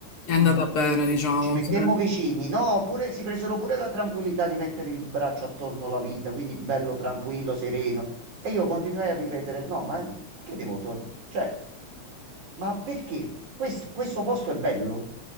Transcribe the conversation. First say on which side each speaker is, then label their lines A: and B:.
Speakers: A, on the left; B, on the right.
A: andata
B: mh,
A: bene, diciamo.
B: ci mettemmo
A: Sì.
B: vicini, no? Oppure si presero pure la tranquillità di mettere il braccio attorno alla vita, quindi bello, tranquillo, sereno. E io continuai a ripetere: no, ma che devo tornare? Cioè, ma perché? Questo, questo posto è bello?